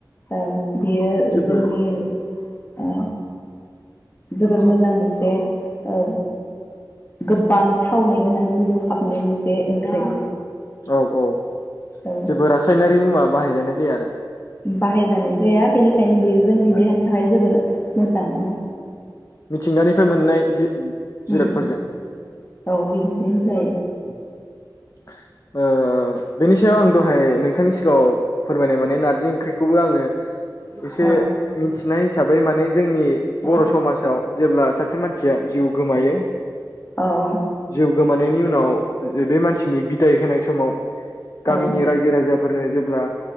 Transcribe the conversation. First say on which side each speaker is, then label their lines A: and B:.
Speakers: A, on the left; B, on the left.
A: ओ बियो
B: जेबो
A: जोंनि ओ जोबोर मोजां मोनसे ओ गोबां थावनाय गोनां मिलौ हाबनाय मोनसे ओंख्रि।
B: औ औ
A: औ
B: जेबो रासायनारि मुवा बाहायजानाय जाया आरो।
A: बाहायजानाय जाया बेनिखायनो बियो जोंनि देहानि थाखाय जोबोर मोजां औ।
B: मिथिंगानिफ्राय मोननाय जि-जिरादफोरजों
A: उम औ बिदिनो होन जायो।
B: <unintelligible> ओ बेनि सायाव आं दहाय नोंथांनि सिगाङाव फोरमायनाय माने नार्जि ओं ख्रिखौबो आङो
A: <unintelligible>
B: बे मिथिनाय हिसाबै माने जोंनि
A: औ
B: बर' समाजाव जेब्ला सासे मानसिया जिउ गोमायो
A: औ औ
B: जिउ गोमानायनि उनाव बे मानसिनि बिदाय होनाय समाव गामिनि
A: औ
B: रायजो राजा फोरनो जेब्ला